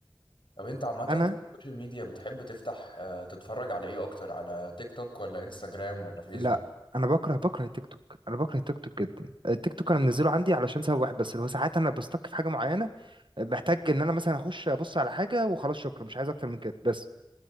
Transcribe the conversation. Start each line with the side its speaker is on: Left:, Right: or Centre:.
Left: طب انت عامه في
Right: انا
Left: السوشيال ميديا بتحب تفتح آه، تتفرج على ايه اكتر على تيك توك ولا انستجرام ولا فيسبوك
Right: لا انا بكره بكره التيك توك انا بكره التيك توك جدا التيك توك انا منزله عندي علشان سبب واحد بس اللي هو ساعات انا بستك في حاجه معينه محتاج ان انا مثلا اخش ابص على حاجه وخلاص شكرا مش عايز اكتر من كده بس